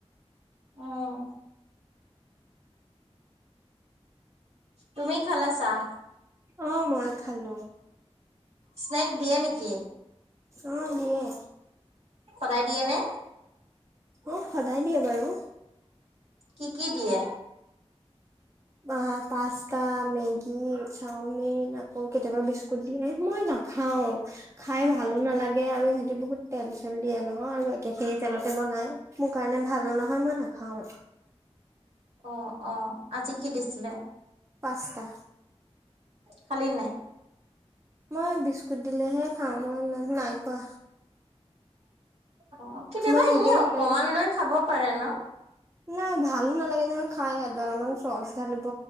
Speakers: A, on the right; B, on the right.
A: উম। তুমি খালা চাহ?
B: অ', মই খালো।
A: স্নেক দিয়ে নিকি?
B: অ', দিয়ে।
A: সদায় দিয়ে নে?
B: উম, সদায় দিয়ে বাৰু।
A: কি-কি দিয়ে?
B: আ, পাস্তা, মেগী, চাওমিন আকৌ কেতিয়াবা বিস্কুট দিয়ে, মই না খাওঁ। খাই ভালো নালাগে আৰু সিহঁতি বহুত তেল-চেল দিয়ে ন' আৰু একে খিনি তেলতে বনাই। মোৰ কাৰণে ভালো নহয়, মই নাখাও।
A: অ', অ', আজি কি দিছিলে?
B: পাস্তা
A: খালি নাই?
B: মই বিস্কুত দিলেহে খাও মই না-নাই খোৱা।
A: অ', কেতিয়াবা
B: মই নিজে
A: এনে অকমান
B: সেইকাৰণে
A: লৈ খাব পাৰে ন'!
B: নাই ভালো নালাগে নহয় খাই এডলামান চচ ঢালিব,